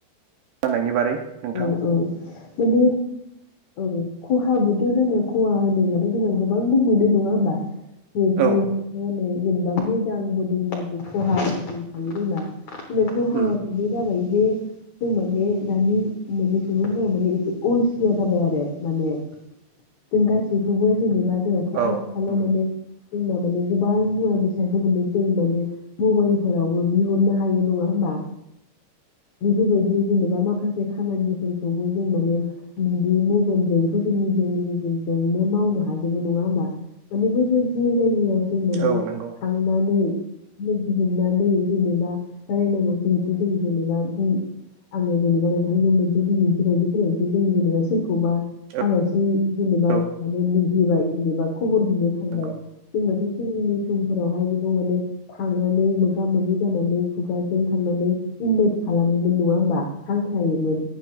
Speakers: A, on the right (about 75°); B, on the left (about 80°).
A: जानायनि बारै नोंथां
B: औ औ माने औ खहाबोथ' जोंना खहा होनोब्लाथ' जोंना गोबांबो मोनो नङा होमबा <unintelligible>
A: औ
B: जेनेबा मोजांबो दं जेथु खहाबो दंखायो जोंना <unintelligible> खहाया
A: उम
B: बेनो जाबाय बे <unintelligible> माने सुबुंफोरा माने एसे अलसिया जाबाय आरो माने जों गासैखौबो जेनेबा जोंनाथ'
A: औ
B: आथिखालाव
A: उम
B: माने जोंना माने गोबां मुवा बेसादफोरखौनो जों माने मबाइलफोरावबो बिहरनो हायो नङा होमबा बेफोरबायदि जेनेबा माखासे खामानिफोरखौबो जों माने बिदि मबाइलजों ससियेल मिडियानि गेजेरजोंनो मावनो हाजोबो नङा होमबा माने बैफोर जि जायगायाव जों माने
A: औ नंगौ
B: थांनानै लोगो हमनानै जेनेबा <unintelligible> जों जेनेबा बुं आङो जेनेबा नोंथांनो मोनसे बिदिन्थि बायदि फोरमायनोसै जों जेनेबा सोरखौबा
A: औ
B: आलासि जेनेबा
A: औ
B: जानो लिंहैबाय जेनेबा खबर हैनो थांबाय
A: नंगौ
B: जोंनोथ' सिगांनि समफोरावहाय बेखौ माने थांनानै मोगा मोगि जानानै खुगाजों थांनानै इनभाइट खालामोमोन नङा होमबा हांख्रायोमोन